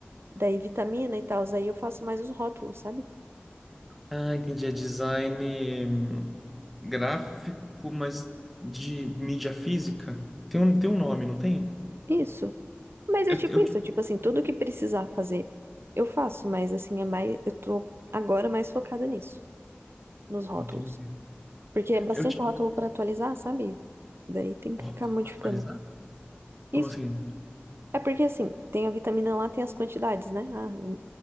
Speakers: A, on the right; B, in the centre.
A: Daí vitamina e tal. Aí eu faço mais os rótulos, sabe?
B: Ah, entendi. É design hum, gráfico, mas de mídia física. Tem um, tem um nome, não tem?
A: Isso. Mas é
B: Eu,
A: tipo
B: eu
A: isso,
B: te-
A: é tipo assim, tudo que precisar fazer, eu faço, mas assim, é mais, eu tô agora mais focada nisso, nos rótulos.
B: Entendi.
A: Porque é bastante
B: Eu tinha
A: rótulo pra atualizar, sabe? Daí tem que
B: um
A: ficar
B: rótulo
A: modificando.
B: pra atualizar? Como
A: Isso.
B: assim?
A: É porque assim, tem a vitamina lá, tem as quantidades, né? Ah, um-